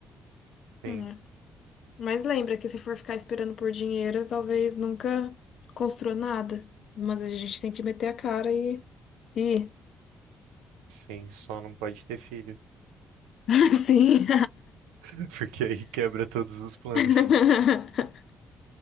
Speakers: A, on the right; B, on the left.
A: sim.
B: né. Mas lembra que se for ficar esperando por dinheiro, talvez nunca construa nada. Mas a gente tem que meter a cara e e
A: Sim, só não pode ter filho.
B: <laughs> Sim.
A: <laughs> porque aí quebra todos os planos.
B: <laughs>